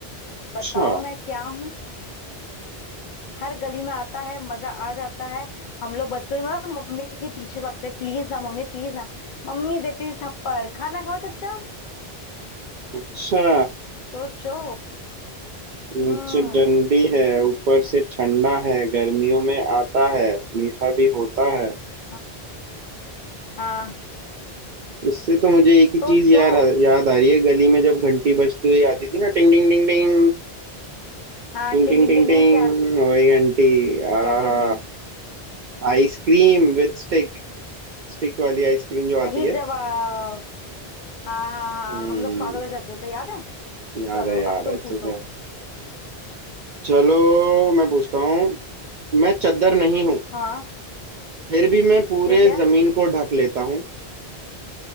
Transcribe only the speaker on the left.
बताओ मैं क्या हूँ हर गली में आता है मजा आ जाता है हम लोग बचपन में ना मम्मी के पीछे भागते प्लीज ना मम्मी प्लीज ना मम्मी देती थी थप्पड़ खाना खाओ चुपचाप
सोचो
हम्म
हाँ हाँ,
सोचो
हाँ
टिंग
टिंग
टिंग
टिंग, क्या
क्या टिंग टिंग
सही
जवाब हाँ हाँ हाँ
हम लोग पागल हो जाते थे याद है
चलो
अब
तुम
पूछो
हाँ
ठीक है